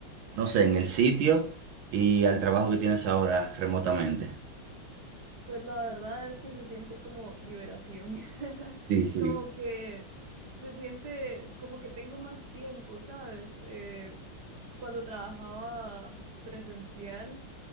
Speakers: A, on the right; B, on the right.
A: no sé, en el sitio y al trabajo que tienes ahora remotamente?
B: Pues la verdad es que se siente como liberación, <laughs>
A: Sí, sí,
B: como que se siente como que tengo más tiempo, ¿sabes? Eh, cuando trabajaba presencial.